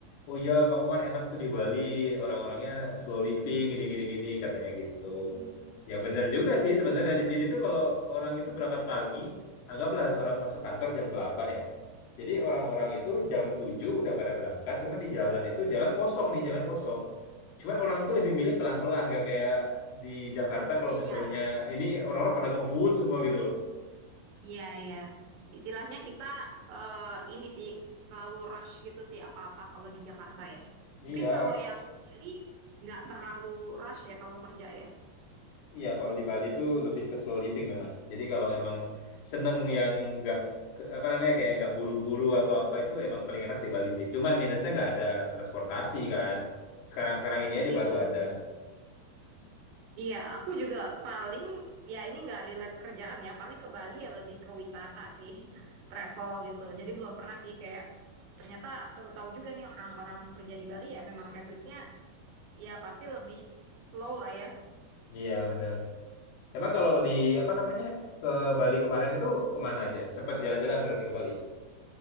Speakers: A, on the left; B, on the right.
A: oh ya kamu kan enak tuh di Bali, orang-orangnya slow living gini-gini gini katanya gitu.
B: Hmm.
A: Ya bener juga sih sebenarnya di sini tuh kalau orang itu berangkat pagi, anggaplah orang masuk kantor jam 8 ya. Jadi orang-orang itu jam 7 udah pada berangkat, cuman di jalan itu jalan kosong nih, jalan kosong. Cuman orang itu lebih milih pelan-pelan, gak kayak di Jakarta kalau
B: Iya,
A: misalnya ini orang-orang pada ngebut semua gitu loh.
B: iya, iya. Istilahnya kita eh, ini sih selalu rush gitu sih apa-apa kalau di Jakarta ya. Mungkin
A: Iya,
B: kalau yang di Bali nggak terlalu rush ya kalau kerja ya.
A: Iya, kalau di Bali itu lebih ke slow living memang. Jadi kalau emang seneng yang nggak ke- apa namanya kayak nggak buru-buru atau apa itu emang paling enak di Bali sih. Cuman minusnya nggak ada transportasi kan. Sekarang-sekarang ini aja
B: Iya.
A: baru ada.
B: Iya, aku juga paling ya ini nggak relate kerjaan ya, paling ke Bali ya lebih ke wisata sih, <laughs> travel gitu. Jadi belum pernah sih kayak ternyata baru tahu juga nih orang-orang kerja di Bali ya memang habitnya ya pasti lebih slow lah ya.
A: Iya benar. Emang kalau di apa namanya ke Bali kemarin itu kemana aja? Sempat jalan-jalan berarti ke Bali.